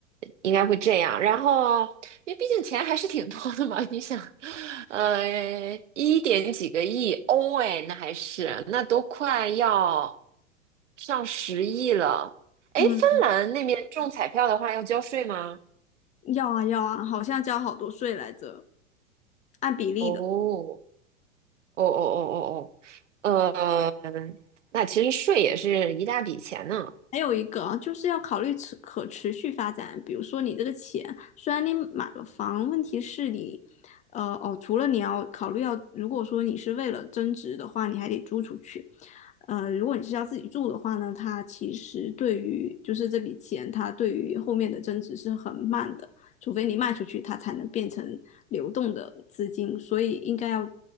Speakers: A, on the right; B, on the left.
A: 应该会这样。然后，因为毕竟钱还是挺多的嘛，<laughs> 你想，呃，一点几个亿欧哎，那还是那都快要上十亿了。哎，
B: 嗯，
A: 芬兰那边中彩票的话要交税吗？
B: 要啊要啊，好像交好多税来着，按比例的。
A: 哦，哦哦哦哦哦，呃，那其实税也是一大笔钱呢。
B: 还有一个啊就是要考虑持可持续发展，比如说你这个钱，虽然你买了房，问题是你，呃，哦，除了你要考虑要，如果说你是为了增值的话，你还得租出去，呃，如果你是要自己住的话呢，它其实对于就是这笔钱，它对于后面的增值是很慢的，除非你卖出去，它才能变成流动的资金，所以应该要